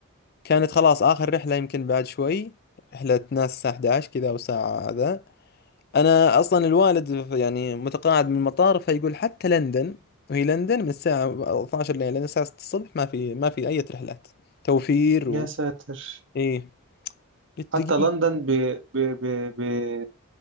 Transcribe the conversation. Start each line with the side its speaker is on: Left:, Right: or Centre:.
Left: كانت خلاص آخر رحلة يمكن بعد شوي رحلة ناس الساعة 11 كذا أو ساعة هذا انا اصلا الوالد يعني متقاعد من المطار فيقول حتى لندن وهي لندن من الساعة 12 لين لين الساعة 6 الصبح ما في ما في اي رحلات توفير
Right: يا
Left: و
Right: ساتر
Left: ايه قلت
Right: حتى
Left: دقيقة
Right: لندن ب... ب... ب...